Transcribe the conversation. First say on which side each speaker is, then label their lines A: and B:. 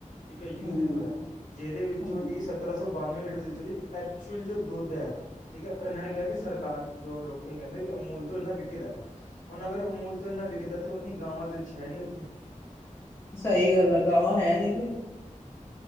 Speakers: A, on the left (about 75°); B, on the left (about 20°).
A: ਠੀਕ ਹੈ ਯੂਜਜ਼
B: ਹੂੰ,
A: ਹੋਇਆ ਜਿਹਦੇ ਵਿੱਚ
B: ਹੂੰ
A: ਦੀ ਸੱਤਰਾਂ ਸੌ ਬਾਨਵੇਂ ਲੀਟਰ ਐਕਚੁਅਲੀ ਐਚੁਲ ਚ ਜੋ ਦੁੱਧ ਹੈ ਠੀਕ ਹੈ ਇਹਨਾਂ ਨੇ ਕਿਹਾ ਕਿ ਸਰਕਾਰ ਜੋ ਲੋਕ ਕਹਿੰਦੇ ਕਹਿੰਦੇ ਕਿ ਅਮੂਲ ਤੋਂ ਇੰਨਾ ਵਿਕਦਾ ਹੁਣ ਅਗਰ ਅਮੂਲ ਤੋਂ ਇੰਨਾ ਵਿਕਦਾ ਤਾਂ ਉਨੀ ਗਾਵਾਂ ਦੇ ਵਿੱਚ ਹੈ ਨਹੀਂ ਉੱਥੇ
B: ਸਹੀ ਗੱਲ ਆ ਗਾਵਾਂ ਹੈ ਨੀ